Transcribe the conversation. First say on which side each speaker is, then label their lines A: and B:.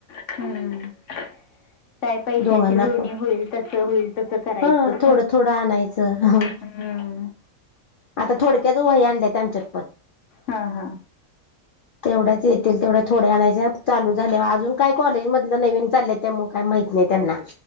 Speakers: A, on the left; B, on the left.
A: हम्म काय पैशाची
B: दोघांना
A: जोणी
B: पण
A: होईल तस होईल तस करायचं
B: हा थोडं थोडं आणायचं
A: हम्म
B: आता थोडक्याच वही आणल्यात आमच्यात पण
A: हा हा
B: तेवढ्याच येतील तेव्या थोड्या आणायच्या चालू झाल्या अजून काय कॉलेजमधलं नवीन चाल त्यामु काय माहत नाही त्यांना